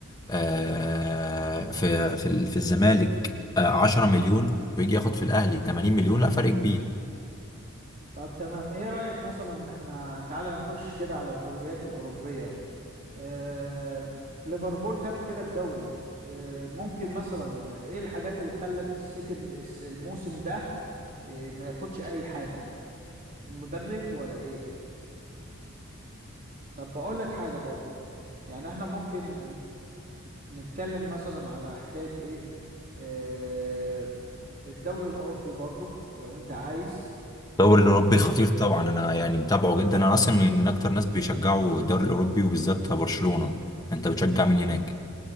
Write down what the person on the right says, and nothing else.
طب تمام ايه رأيك مثلا احنا تعالى نخش كده على الدوريات الأوروبية آه ليفربول خد كده الدوري آه ممكن مثلا ايه الحاجات اللي خلت السيتي الس- الموسم ده آه ما ياخدش اي حاجة المدرب ولا ايه طب بقول لك حاجة برضو يعني احنا ممكن نتكلم مثلا على حكاية ايه آه الدوري الأوروبي برضو لو انت عايز